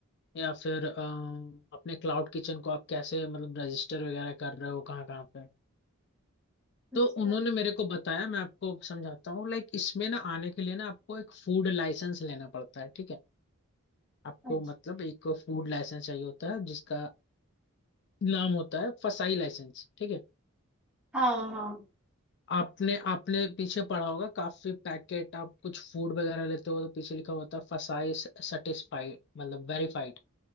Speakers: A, on the left (about 50°); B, in the centre.
A: या फिर अ, अपने क्लाउड किचन को आप कैसे मतलब रजिस्टर वगैरह कर रहे हो कहाँ कहाँ पे
B: अच्छा
A: तो उन्होंने मेरे को बताया मैं आपको समझाता हूँ लाइक इसमें ना आने के लिए ना आपको एक फूड लाइसेंस लेना पड़ता है ठीक है आपको
B: अच्छा
A: मतलब एक फूड लाइसेंस चाहिए होता है जिसका नाम होता है फसाई लाइसेंस ठीक है
B: हाँ हाँ
A: आपने आपने पीछे पढ़ा होगा काफी पैकेट आप कुछ फूड वगैरह लेते हो तो पीछे लिखा होता है फसाई सेटिस्फाइड मतलब वेरीफाइड